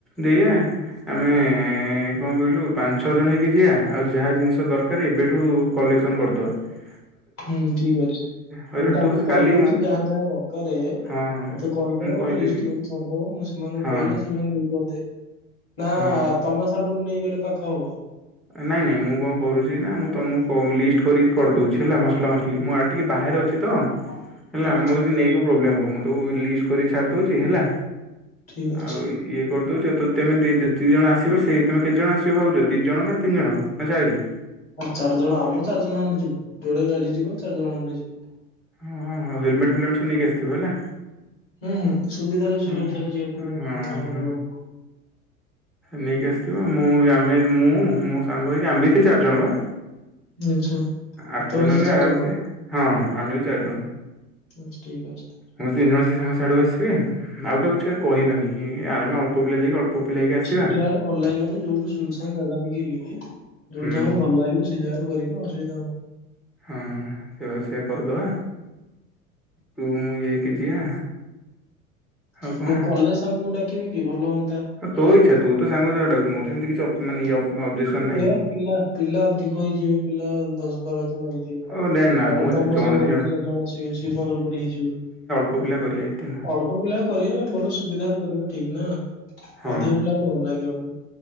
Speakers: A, in the centre; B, on the left.
A: ଦେଇଆ ଆମେ କଣ କହିଲୁ ପାଞ୍ଚ ଛଅ ଜଣ ହେଇକି ଯିବା ଆଉ ଯାହା ଜିନିଷ ଦରକାର୍ ଏବେଠୁ କଲେକ୍ସନ କରିଦେବା
B: ହୁଁ ଠିକ୍ ଅଛି
A: ହଇରାଣ
B: ମୁଁ ତାଙ୍କୁ
A: ତୁ
B: କହିଦଉଚି
A: କାଲି ମୋ
B: ଯାହା ଯାହା ଦରକାର୍
A: ହଁ
B: ତ କହିଦବ
A: ମୁଁ କହିଦେବି
B: ନହେଲେ ଲିଷ୍ଟ କରି ଛାଡ଼ିଦବ ମୁଁ ସେମାନଙ୍କୁ
A: ହଁ
B: କହିଲେ ସେମାନେ ଦେଇଦିଅନ୍ତେ। ନା
A: ହଁ
B: ତମେ ସାଡ଼ୁ ନେଇଗଲେ ପାଖ ହବ?
A: ନାଇଁ ନାଇଁ ମୁଁ କଁ କରୁଚିନା ମୁଁ ତମକୁ ଲିଷ୍ଟ କରିକି କରିଦଉଚି ହେଲା ମସଲା ମସଲି ମୁଁ ଟିକେ ବାହାରେ ଅଛିତ
B: <inaudible>
A: ହେଲା ମୋରେ
B: ଠିକ
A: ଟିକେ ନେଇକି
B: ଅଛି
A: ପ୍ରୋବ୍ଲେମ୍ ହବ ମୁଁ ତାକୁ ଲିଷ୍ଟ କରି ଛାଡ଼ିଦଉଚି ହେଲା
B: ଠିକ ଅଛି।
A: ଆଉ ଇଏ କରିଦଉଚ ତୁ ତେମେ ଦୁଇ ଜଣ ଆସିବ ସେଇ ତୁମେ କେତେଜଣ ଆସିବ ଭାବୁଚ ଦୁଇ ଜଣ ନା ତିନି ଜଣ ନା ଚାରି?
B: ଚାରି ଜଣ ଆମେ ଚାରି ଜଣ ଖଣ୍ଡେ ଯିବୁ ଯୋଡ଼େ ଗାଡ଼ି ଯିବ ଚାରି ଜଣ ହଣ୍ଡେ ଯିବୁ।
A: ହଁ ହଁ ହଁ ହେଲମେଟ୍ ଫଲମେଟ୍ ସବୁ ନେଇକି ଆସିଥିବୁ ହେଲା?
B: ହୁଁ ହୁଁ ସୁବିଧାରେ ସୁରକ୍ଷାରେ
A: ହଁ
B: ଯିବା
A: ହଁ
B: ପଡ଼ିବନା <unintelligible>
A: ହଁ ନେଇକି ଆସିଥିବ ମୁଁବି ଆମେ ମୁଁ ମୋ ସାଙ୍ଗ ହୋଇକି ଆମ୍ବି ସେଚାରିଜଣବା
B: ଆଚ୍ଛା।
A: ଆଠ
B: ତମେ
A: ଜଣ
B: ସେ
A: ହେଲେ
B: ଚାରି
A: ଆରାମସେ ହଁ ହଁ ଆମେବି ଚାରିଜଣ।
B: ଆଛା ଠିକ୍ ଅଛି ତାହେଲେ।
A: ମୁଁ ତିନି ଜଣ ସେସାଙ୍ଗ ସାଡ଼ୁ ଆସିବେ ଆଉ କାହାକୁ କିଛି କହିବାନି ଆମେ ଅଳ୍ପ ପିଲାଯାଇକି ଅଳ୍ପ ପିଲା ହୋଇକି ଆସି
B: ପିଲାଗଲେ ଭଲ ଲାଗିବନି ଯୋଉଠି ସୁନସାନ୍ ଜାଗା ଦେଖିକି <unintelligible> ଯୋଉଠି
A: ହୁଁ
B: ଆମ ଭଲ ଲାଗିବ ସେଜାଗାରେ କରିବା ଅସୁବିଧା ଆଉ
A: ହଁ ଏବର୍ଷ ସେୟା କରିଦବା ତୁ ମୁଁ ଏକେ ଯିବା ଆଉ କଣ
B: ମୋ କଲେଜ୍ ସାଙ୍ଗକୁ ଡାକିବିକି ଭଲ ହୁଅନ୍ତା।
A: ହଁ ତୋ
B: ଡାକନ୍ତି
A: ଇଚ୍ଛା ତୁ ତ ସାଙ୍ଗକୁ ଯାହାକୁ ଡାକୁଛୁ ମୋର ସେମିତି କିଛି ଅପ ମାନେ ଇଏ ଅବଜେକ୍ସନ ନାହିଁ।
B: ଏୟା ପିଲା ପିଲା ଅଧିକ ହେଇଯିବେ ପିଲା ଦଶ ବାର ଜଣ ହେଇଯିବେ ତାପରେତ
A: ଓ ନାଇଁ ନା ମୁଁ ଏଇ
B: ଆମ
A: ଜଣେ
B: ସାଙ୍ଗ
A: ଦି
B: ପୁଣି ଚାରି ଜଣ ଆସିବେ ମିଶିକି ପନ୍ଦର କୋଡ଼ିଏ ହେଇଯିବେ।
A: ପୁଅପିଲା କରିବେ ଏଠି ନୁହଁ।
B: ଅଳ୍ପ ପିଲା କରିବା ଭଲ ସୁବିଧାରେ କରିବା ଠିକନା ଅଧିକ
A: ହଁ
B: ପିଲା ହେଲେ ଭଲଲାଗିବନି।